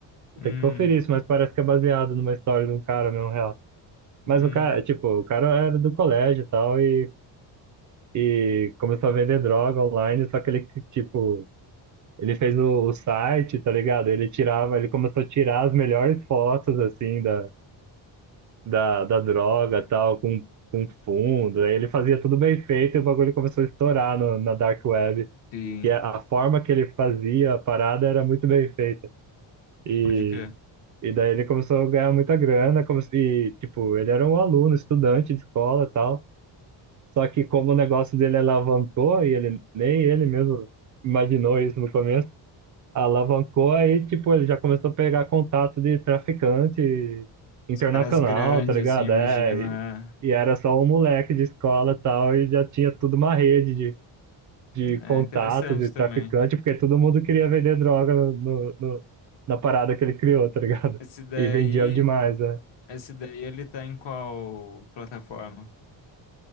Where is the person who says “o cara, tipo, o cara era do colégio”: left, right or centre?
Right